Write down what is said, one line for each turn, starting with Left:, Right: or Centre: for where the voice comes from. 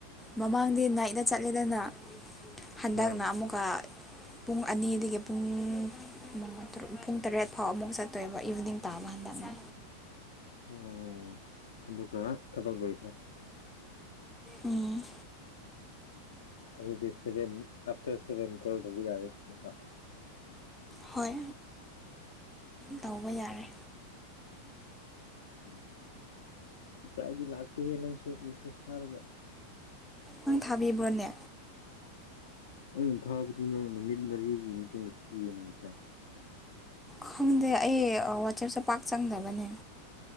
Centre: ꯃꯃꯥꯡꯗꯤ ꯅꯥꯏꯠꯅ ꯆꯠꯂꯤꯗꯅ ꯍꯟꯗꯛꯅ
Left: ꯍꯣꯏ
Centre: ꯑꯃꯨꯛꯀ ꯄꯨꯡ ꯑꯅꯤꯗꯒꯤ ꯄꯨꯡ ꯃꯉꯥ ꯇꯔꯨꯛ ꯄꯨꯡ ꯇꯔꯦꯠ ꯐꯥꯎ ꯑꯃꯨꯛ ꯆꯠꯇꯣꯏꯕ ꯏꯚꯤꯅꯤꯡ ꯇꯥꯕ ꯍꯟꯗꯛꯅ
Left: ꯑꯣ ꯑꯗꯨꯒ ꯊꯕꯛ ꯂꯣꯏꯈ꯭ꯔꯦ
Centre: ꯎꯝ
Left: ꯑꯗꯨꯗꯤ ꯁꯚꯦꯟ ꯑꯥꯞꯇꯔ ꯁꯚꯦꯟ ꯀꯣꯜ ꯇꯧꯕ ꯌꯥꯔꯦꯅꯦꯀꯣ
Centre: ꯍꯣꯏ ꯇꯧꯕ ꯌꯥꯔꯦ
Left: ꯎꯝ ꯔꯤꯄ꯭ꯂꯥꯏꯗꯤ ꯂꯥꯛꯇꯦꯍꯦ ꯅꯪꯁꯨ ꯃꯦꯁꯦꯁ ꯊꯥꯔꯒ
Centre: ꯅꯪ ꯊꯥꯕꯤꯕ꯭ꯔꯣꯅꯦ
Left: ꯑꯩꯟ ꯊꯥꯕꯗꯨꯅ ꯅꯨꯃꯤꯠ ꯃꯔꯤꯒꯤ ꯃꯇꯨꯡꯗ ꯄꯤꯒꯅꯤ ꯔꯤꯄ꯭ꯂꯥꯏ
Centre: ꯈꯪꯗꯦ ꯑꯩ ꯋꯥꯆꯦꯞꯁꯦ ꯄꯥꯛ ꯆꯪꯗꯕꯅꯦ